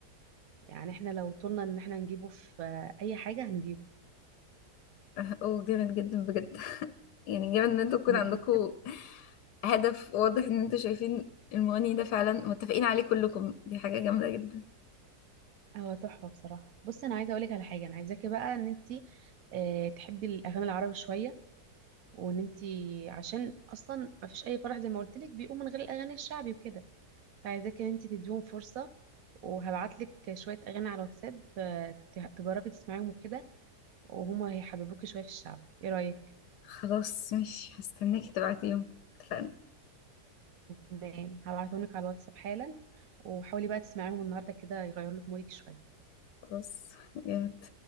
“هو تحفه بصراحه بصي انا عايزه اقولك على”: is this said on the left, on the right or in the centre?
Right